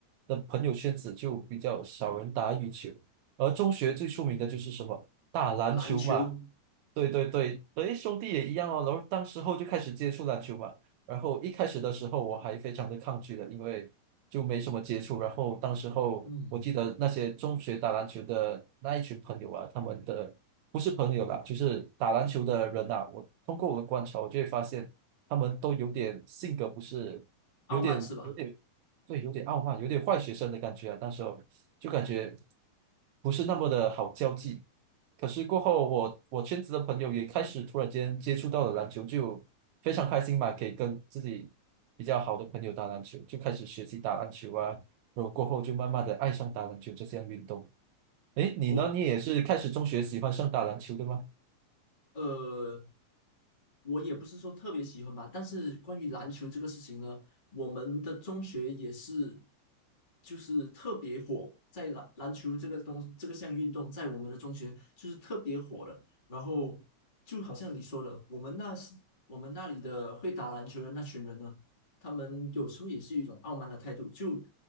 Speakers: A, on the right (about 80°); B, on the left (about 20°).
A: 的朋友圈子就比较少人打羽球，而中学最出名的就是什么打篮球嘛，
B: 嗯篮球，
A: 对对对，诶，兄弟也一样哦。然后当时候就开始接触篮球嘛，然后一开始的时候我还非常的抗拒的，因为就没什么接触。然后当时候我记得那些中学打篮球的那一群朋友啊，
B: 嗯，
A: 他们的不是朋友啦，就是打篮球的人呐、我通过我的观察，我就会发现他们都有点性格不是，
B: 傲慢是吧？
A: 有点有点对，有点傲慢，有点坏学生的感觉啊。那时候就感觉不是那么的好交际。可是过后我我圈子的朋友也开始突然间接触到了篮球，就非常开心嘛，可以跟自己比较好的朋友打篮球，就开始学习打篮球啊，然后过后就慢慢的爱上打篮球这项运动。诶，你呢？
B: 哦，
A: 你也是开始中学喜欢上打篮球的吗？
B: 呃。我也不是说特别喜欢吧，但是关于篮球这个事情呢，我们的中学也是，就是特别火，在篮篮球这个东这个项运动，在我们的中学就是特别火的。然后就好像你说的，我们那是我们那里的会打篮球的那群人呢，他们有时候也是有一种傲慢的态度，就